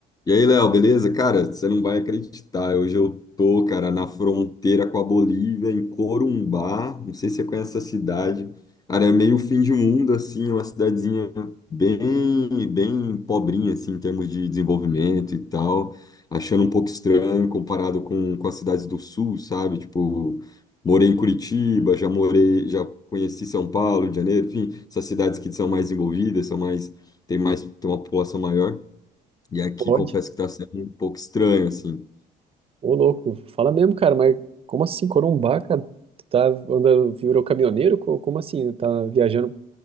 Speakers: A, on the left (about 20°); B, on the right (about 35°).
A: E aí, Léo, beleza? Cara, você não vai acreditar. Hoje eu tô, cara, na fronteira com a Bolívia, em Corumbá. Não sei se você conhece essa cidade. Cara, é meio fim de mundo, assim, é uma cidadezinha bem, bem pobrinha, assim, em termos de desenvolvimento e tal. Achando um pouco estranho comparado com, com as cidades do sul, sabe? Tipo, morei em Curitiba, já morei, já conheci São Paulo, Rio de Janeiro, enfim, essas cidades que são mais envolvidas, são mais, tem mais, tem uma população maior. E aqui
B: Pode.
A: confesso que está sendo um pouco estranho, assim.
B: Ô, louco. Fala mesmo, cara, mas como assim, Corumbá, cara? Tu tá andando, virou caminhoneiro? Co- Como assim? Tá viajando